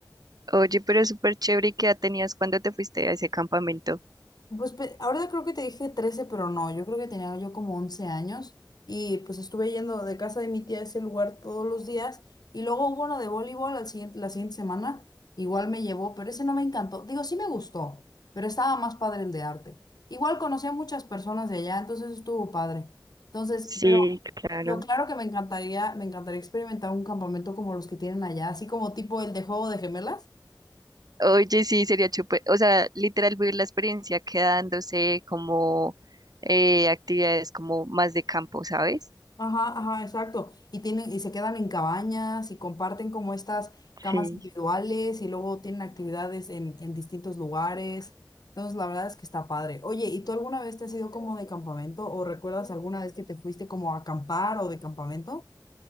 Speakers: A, on the right; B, on the left.
A: Oye, pero súper chévere. ¿Y qué edad tenías cuando te fuiste a ese campamento?
B: Pues pe- ahora creo que te dije 13 pero no, yo creo que tenía yo como 11 años y pues estuve yendo de casa de mi tía a ese lugar todos los días y luego hubo uno de voleibol al siguiente, la siguiente semana, igual me llevó, pero ese no me encantó, digo, sí me gustó, pero estaba más padre el de arte. Igual conocí a muchas personas de allá, entonces estuvo padre. Entonces,
A: Sí,
B: pero
A: claro.
B: lo claro que me encantaría, me encantaría experimentar un campamento como los que tienen allá, así como tipo el de Juego de Gemelas.
A: Oye, sí, sería chupe. O sea, literal vivir la experiencia quedándose como eh, actividades como más de campo, ¿sabes?
B: Ajá, ajá, exacto. Y tienen, y se quedan en cabañas y comparten como estas camas
A: Sí.
B: individuales y luego tienen actividades en, en distintos lugares. Entonces, la verdad es que está padre. Oye, ¿y tú alguna vez te has ido como de campamento o recuerdas alguna vez que te fuiste como a acampar o de campamento?